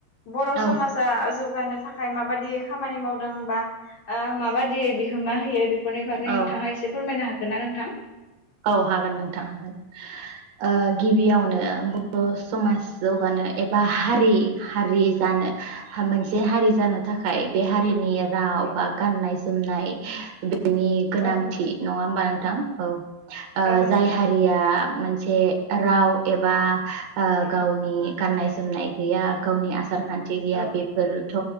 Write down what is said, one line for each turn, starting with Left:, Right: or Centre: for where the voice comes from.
Left: बर'
Right: औ
Left: समाज ओ जौगानो थाखाय माबादि खामानि मावदों बा ओ माबादि बिहोमा होयो बे फोरनि बागै
Right: औ
Left: नोंथाङा एसे फोरमायनो हागो गोनना नोंथां
Right: औ हागोन नोंथां ओ गिबियावनो बर' समाज जौगानो एबा हारि हारि जानो हा मोनसे हारि जानो थाखाय बे हारिनि राव
Left: औ
Right: बा गाननाय जोमनाय बे बिनि गोनांथि
Left: औ औ
Right: नङा होमबा नोंथां औ ओ
Left: औ नंगौ
Right: जाय हारिया मोनसे राव एबा ओ गावनि गाननाय जोमनाय गैया गावनि आसार खान्थि गैया
Left: औ
Right: बेफोरथ'